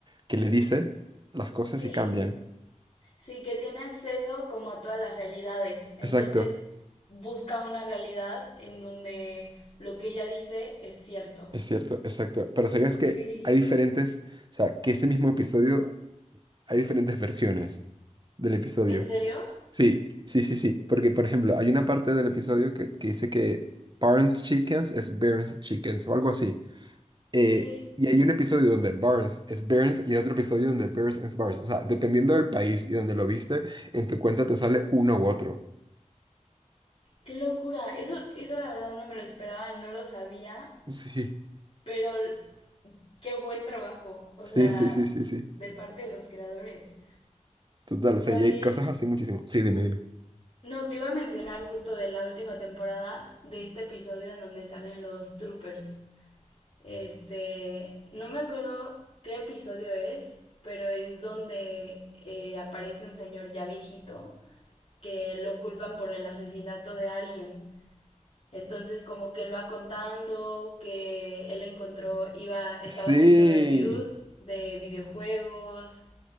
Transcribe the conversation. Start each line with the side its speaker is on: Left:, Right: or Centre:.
Right: que le dice las cosas
Left: Sí,
Right: y cambian.
Left: sí, que tiene acceso como a todas las realidades. Entonces,
Right: Exacto.
Left: busca una realidad en donde lo que ella dice es cierto.
Right: Es cierto, exacto. Pero sabías
Left: Sí.
Right: que hay diferentes, o sea, que ese mismo episodio hay diferentes versiones del episodio.
Left: ¿En serio?
Right: Sí, sí, sí, sí. Porque, por ejemplo, hay una parte del episodio que, que dice que Barnes Chickens es Burns Chickens o algo así. Eh,
Left: Sí.
Right: y hay un episodio donde Barnes es Burns y hay otro episodio donde Burns es Barnes. O sea, dependiendo del país y donde lo viste, en tu cuenta te sale uno u otro.
Left: Qué locura. Eso, eso la verdad no me lo esperaba, no lo sabía,
Right: <laughs>
Left: pero l- qué buen trabajo, o
Right: Sí,
Left: sea,
Right: sí, sí, sí, sí, sí, sí.
Left: de parte de los creadores.
Right: Total, o sea,
Left: También,
Right: y hay cosas así muchísimo. Sí, dime, dime.
Left: no, te iba a mencionar justo de la última temporada, de este episodio en donde salen los troopers. Este, no me acuerdo qué episodio es, pero es donde eh, aparece un señor ya viejito que lo culpan por el asesinato de alguien. Entonces, como que él va contando que él encontró, iba, estaba
Right: Sí.
Left: haciendo reviews de videojuegos